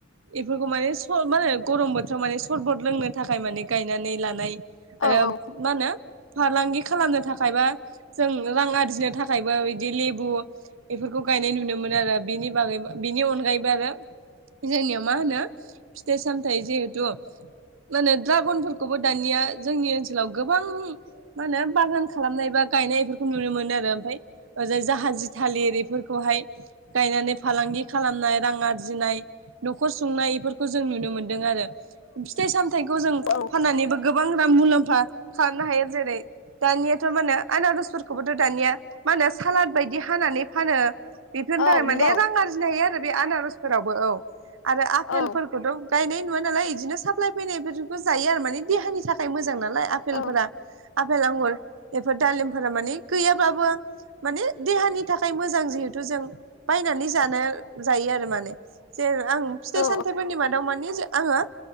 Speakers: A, on the right; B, on the left.
A: बेफोरखौ माने स मा होनो गरम बोथोराव माने सरबट लोंनो थाखाय माने गायनानै लानाय आरो
B: औ
A: मा होनो फालांगि खालामनो थाखायबा जों रां आरजिनो थाखायबो बिदि लेबु बेफोरखौ गायनाय नुनो मोनो आरो बिनि बागैबो बिनि अनगायैबो आरो जोंनियाव मा होनो फिथाइ सामथाय जिहेथु माने ड्रागनफोरखौबो दानिया जोंनि ओनसोलाव गोबां मा होनो बागान खालामनाय बा गायनाय इफोरखौ नुनो मोनो आरो ओमफाय ओजाय जाहाजि थालिर इफोरखौहाय गायनानै फालांगि खालामनाय रां आरजिनाय न'खर सुंनाय इफोरखौ जों नुनो मोन्दों आरो फिथाइ सामथायखौ जों
B: औ
A: फाननानैबो गो मुलाम्फा खालामनो हायो जेरै दानियाथ' माने आनारसफोरखौबोथ' दानिया मा होनो सालाद बायदि हानानै फानो बेफोरनि
B: औ
A: थाखाय
B: नंगौ
A: माने रां आरजिनो हायो आरो बे आनारसफोरावबो औ आरो आफेलफोरखौथ'
B: औ
A: गायनाय नुवा नालाय इदिनो साप्लाय फैनायफोरखौ जायो आरो माने देहानि थाखाय मोजां ना लाइ आफेलफोरा
B: औ
A: आफेल आंगुर बेफोर दालिमफोरा माने गैयाबाबो माने देहानि थाखाय मोजां जिहेतु थ' जों बायनानै जानो जायो आरो माने ज आं फिथाइ
B: औ
A: सामथाइफोरनि मादाव मानि आङो